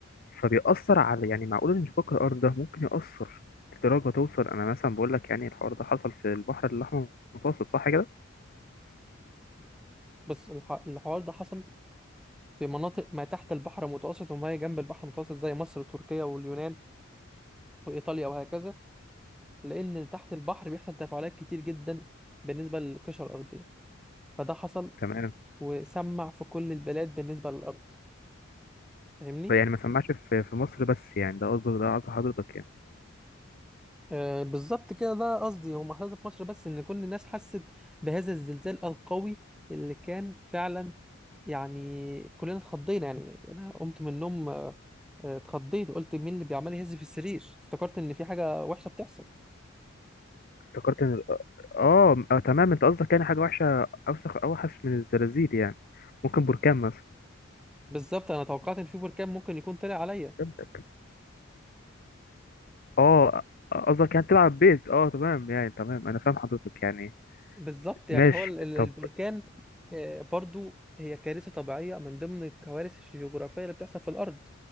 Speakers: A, on the left; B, in the centre.
A: فبيأثر على يعني معقول انشقاق الارض ده ممكن يأثر لدرجه توصل انا مثلا بقول لك يعني الحوار ده حصل في البحر الاحمر المتوسط صح كده
B: بص الح- الحوار ده حصل في مناطق ما تحت البحر المتوسط وما هي جنب البحر المتوسط زي مصر وتركيا واليونان وايطاليا وهكذا لأن تحت البحر بيحصل تفاعلات كتير جدا بالنسبة للقشرة الأرضية فده حصل
A: تمام
B: وسمع في كل البلاد بالنسبة للأرض فاهمني؟
A: يعني ما سمعش في في مصر بس يعني ده قصدي ده قصدي حضرتك يعني
B: آه بالظبط كده ده قصدي هو محصل في مصر بس إن كل الناس حست بهذا الزلزال القوي اللي كان فعلا يعني كلنا اتخضينا يعني أنا قمت من النوم آه، آه، اتخضيت قلت مين اللي بيعمل يهز في السرير افتكرت إن في حاجة وحشة بتحصل
A: افتكرت ان ال- اه آه، تمام انت قصدك يعني حاجه وحشه اوسخ اوحش من الزلازل يعني ممكن بركان مثلا
B: بالظبط أنا توقعت إن في بركان ممكن يكون طلع عليا
A: فهمتك اه قصدك يعني تلعب بيت اه تمام يعني تمام انا فاهم حضرتك يعني
B: بالظبط يعني
A: ماشي
B: هو ال- ال-
A: طب
B: البركان آه، برضو هي كارثة طبيعية من ضمن الكوارث الجغرافية اللي بتحصل في الأرض